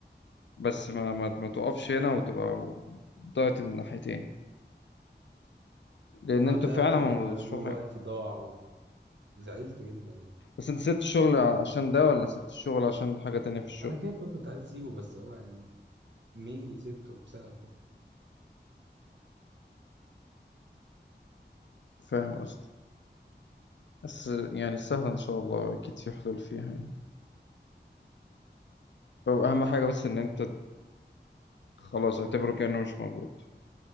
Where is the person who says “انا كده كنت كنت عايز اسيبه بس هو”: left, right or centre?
Right